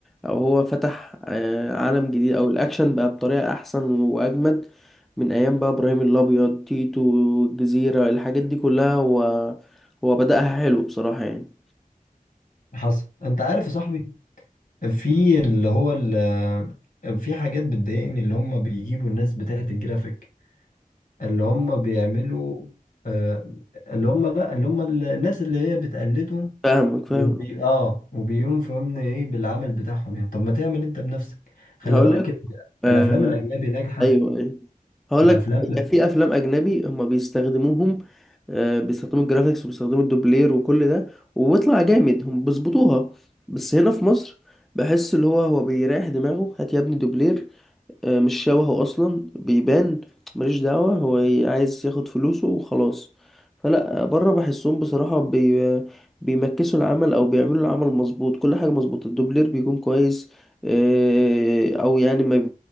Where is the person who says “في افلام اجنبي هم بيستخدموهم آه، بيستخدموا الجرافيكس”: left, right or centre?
Centre